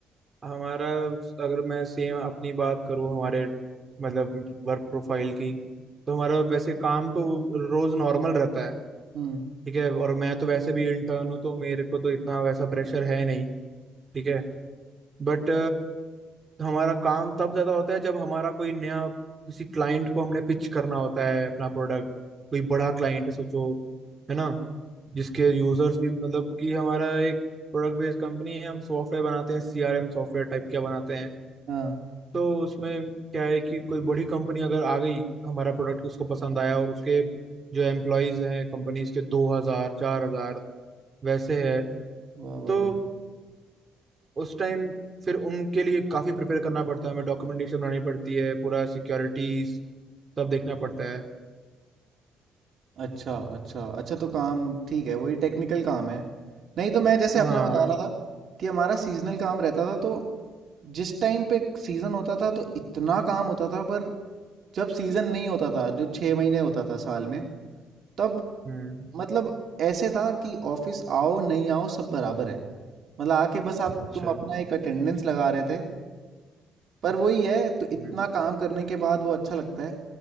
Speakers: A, on the right; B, on the right.
A: हमारा अगर मैं सेम अपनी बात करूँ हमारे मतलब वर्क प्रोफाइल की तो हमारा वैसे काम तो रोज नॉर्मल रहता है
B: हम्म
A: ठीक है और मैं तो वैसे भी इंटर्न हूँ तो मेरे को तो इतना वैसा प्रेशर है नहीं ठीक है बट हमारा काम तब ज्यादा होता है जब हमारा कोई नया किसी क्लाइंट को हमने पिच करना होता है अपना प्रोडक्ट कोई बड़ा क्लाइंट है सोचो है ना जिसके यूजर्स भी मतलब कि हमारा एक प्रोडक्ट बेस्ड कंपनी है हम सॉफ्टवेयर बनाते हैं सीआरएम सॉफ्टवेयर टाइप के बनाते हैं
B: हाँ
A: तो उसमें क्या है कि कोई बड़ी कंपनी अगर आ गई हमारा प्रोडक्ट उसको पसंद आया और उसके जो एम्प्लॉयज हैं कंपनीज के दो हजार चार हजार वैसे है
B: वाह भाई
A: तो उस टाइम फिर उनके लिए काफी प्रिपेयर करना पड़ता है हमें डॉक्यूमेंटेशन बनानी पड़ती है पूरा सिक्योरिटीज सब देखना पड़ता है
B: अच्छा अच्छा अच्छा तो काम ठीक है वही टेक्निकल काम है नहीं तो मैं जैसे
A: हाँ
B: अपना बता रहा हाँ था कि हमारा सीजनल काम रहता था तो जिस टाइम पे सीज़न होता था तो इतना काम होता था पर जब सीज़न नहीं होता था जो छः महीने होता था साल में तब
A: हम्म
B: मतलब ऐसे था कि ऑफिस आओ नहीं आओ सब बराबर है मतलब आके बस आप
A: अच्छा
B: तुम अपना एक अटेंडेंस लगा रहे थे पर वही है तो इतना
A: हम्म।
B: काम करने के बाद वो अच्छा लगता है